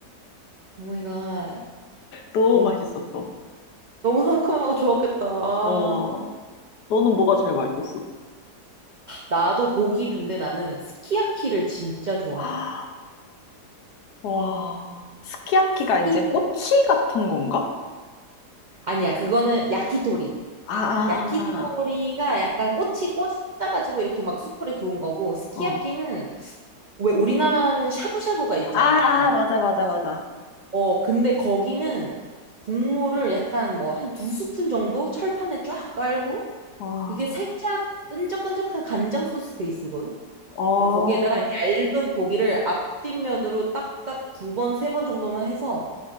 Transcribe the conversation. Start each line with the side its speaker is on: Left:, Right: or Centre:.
Right: 마이 갓.
Left: 너무
Right: 너무,
Left: 맛있었어.
Right: 너무 상큼하고 좋았겠다. 아,
Left: 어 너는 뭐가 제일 맛있었어?
Right: 나도 고기류인데 나는 스키야키를 진짜 좋아해.
Left: <gasps> 아, 와 스키야키가
Right: 스키-
Left: 이제 꼬치 같은 건가?
Right: 아니야, 그거는 야키토리.
Left: 아 아,
Right: 야키토리가
Left: 아,
Right: 약간 꼬치 꽂아가지고 이렇게 막 숯불에 구운 거고, 스키야키는
Left: 아. 어.
Right: 왜 우리나라는 샤브샤브가 있잖아.
Left: 아, 아, 맞아, 맞아, 맞아.
Right: 어, 근데 거기는 국물을 약간 뭐 한 두 스푼 정도 철판에 쫙 깔고,
Left: 와,
Right: 그게 살짝 끈적끈적한 간장 소스 베이스거든?
Left: 어,
Right: 근데 거기에다가 얇은 고기를 앞뒷면으로 딱딱 두 번, 세 번 정도만 해서